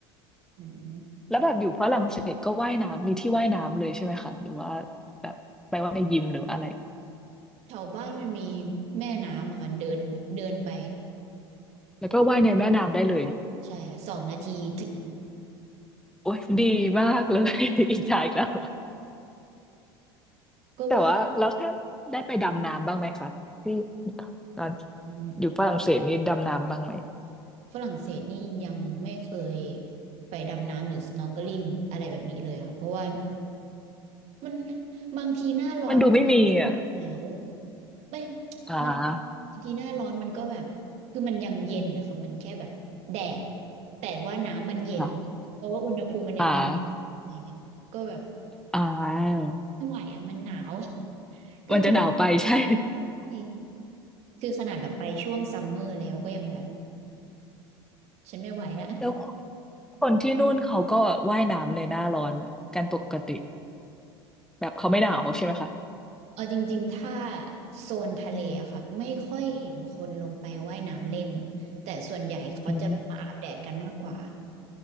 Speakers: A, on the right; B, in the centre.
A: อืม
B: แล้วแบบอยู่ฝรั่งเศสก็ว่ายน้ำมีที่ว่ายน้ำเลยใช่ไหมคะหรือว่าแบบไปว่ายในยิมหรืออะไร
A: แถวบ้านมันมีแม่น้ำอะค่ะเดินเดินไป
B: แล้วก็ว่ายในแม่น้ำได้เลย
A: ใช่ค่ะสองนาทีถึง
B: โอ้ยดีมากเลย <laughs> อิจฉาอีกแล้ว
A: ก็ว่า
B: แต่ว่าแล้วถ้าได้ไปดำน้ำบ้างไหมคะที่ตอน
A: อืม
B: อยู่ฝรั่งเศสนี่ดำน้ำบ้างไหม
A: ฝรั่งเศสนี่ยังไม่เคยไปดำน้ำหรือ snorkeling อะไรแบบนี้เลยค่ะเพราะว่ามันบางทีหน้าร้อนมัน
B: มันดูไม่มีอ่ะ
A: หนาวไม่
B: อ่า
A: มันบางทีหน้าร้อนมันก็แบบคือมันยังเย็นนะคะมันแค่แบบแดดแต่ว่าน้ำมันเย็นเพราะว่าอุณหภูมิมันยังเย็นอะไรเงี้ยก็แบบ
B: อ่าอ่าอ่า
A: ไม่ไหวอ่ะมันหนาวก็เลยแบบ
B: มันจะหนาวไปใช่
A: ไม่คือขนาดแบบไปช่วงซัมเมอร์แล้วก็ยังแบบฉันไม่ไหวอะ
B: แล้วคนคนที่นู่นเขาก็ว่ายน้ำในหน้าร้อนกันปกติแบบเขาไม่หนาวใช่ไหมคะ
A: เออจริงๆ ถ้าโซนทะเลอะค่ะไม่ค่อยเห็นคนลงไปว่ายน้ำเล่นแต่ส่วนใหญ่เขาจะแบบมาอาบแดดกันมากกว่า
B: อืม